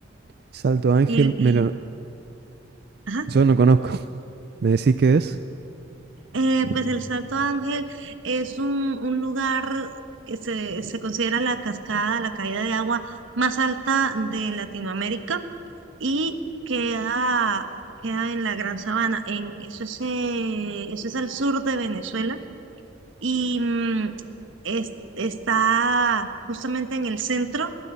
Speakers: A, on the right; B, on the right.
A: Salto Ángel,
B: Y,
A: me
B: y,
A: lo-
B: ajá.
A: yo no conozco. <laughs> ¿Me decís qué es?
B: Eh, pues el Salto Ángel es un, un lugar que se, se considera la cascada, la caída de agua más alta de Latinoamérica y queda, queda en la Gran Sabana. En, eso es, eh, eso es al sur de Venezuela y mm, es- está justamente en el centro